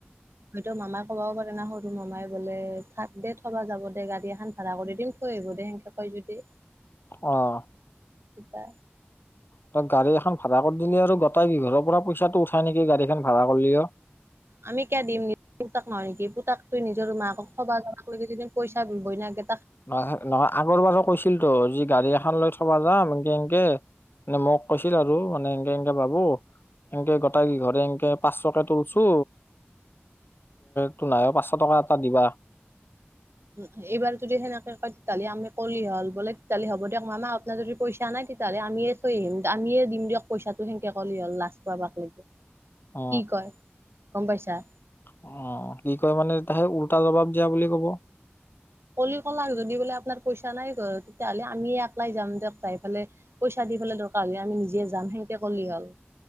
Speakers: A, on the right; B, on the left.
A: সটো মামাই ক'বও পাৰে না সৰু মামাই বোলে থাক দে থব যাব দে গাড় এখন ভাড়া কৰি দিম থৈ আহিব দে সেকে পাই যতি
B: আহ।
A: থিতা।
B: ত গাড়ী এখন ভাড়া কৰি দিলি আৰু গতাই কি ঘৰৰ পৰা পইচাো উথা নেকি গাড়ী এখন ভাৰা কৰিলি অ
A: আমি কিয় দিম নি ত ন। তাক তই নিজৰ মাকক থবা যাবৈকে যদি পইচা বিবই নাগে।
B: নহ নহয় আগৰ বাৰো কৈছিল তো যি গাড়ী এখন লৈ থবা যাম এনকে এনকে মানে মোক কৈছিল আৰু মানে এনকে এনকে ভাবো। এনকে গোটাইঘৰে এনকে পাঁচশকে তলছো তো নাই পাঁচশ টকা এটা দিবা।
A: উ এইবাৰ যদি সেনেকে কয় তেতিয়াহ'লে আমি কল হল বোলে তেতিয়াহলে হব দিয়ক মামা আপোনাৰ যদি পইচা নাই তেতিয়াহ'লে আমিয়ে থৈ আহিম আমিয়ে দিম দিয়ক পইচাটো সেনেকে ক'লে হ'ল লাচ পোৱা ভাগ লাগে।
B: অ
A: কি কয় গম পাইছা?
B: অ কি কয় মানে সেই উওল্টা জবাব দিয়া বুলি কব।
A: কলি কলাক যদি বোলে আপোনাৰ পইচা ইচা নাই ঘ তেতিাহ'লে আমি এপ্লাই যামাই পেলে পইচা দি পেলাই দৰকাৰ হ' আমি নিজে যাম সেকে বলি হল